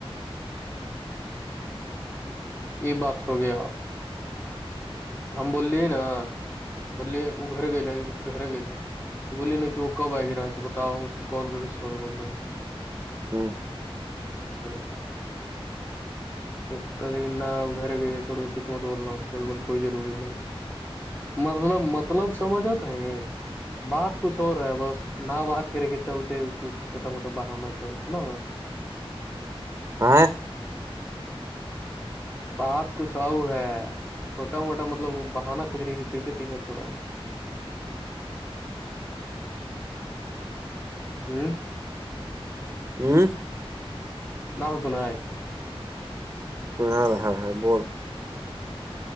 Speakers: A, on the left; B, on the right.
A: یہ بات ہو گیا ہم بولیے نا بولیے وہ گھر گلا جسے گھر گلا تو بولیے نا کہ وہ کب آئے گا رہاچہ بتاؤ ہم اس کو کال کر کے سوری بول دیں گے
B: ہوں
A: ہاں ک کری نہ وہ گھر گی چوڑ کچھ مت اور لاو کوئی ضروری نہیں مطلب مطلب سمجھ آتا ہے بات کچھ اور ہے بس نا باہات کرھیرے کے چلتے کچھ چوٹا موٹا بہانہ کو ہے تو نا <inaudible>
B: آ
A: بات کچھ اؤ ہے چھوا موٹا مطلب بہانہ کجرے گی کیسے پیچھا چھڑا ہے ہوں
B: ہوں
A: نہ سنائے
B: ہاں ہاں ہ بول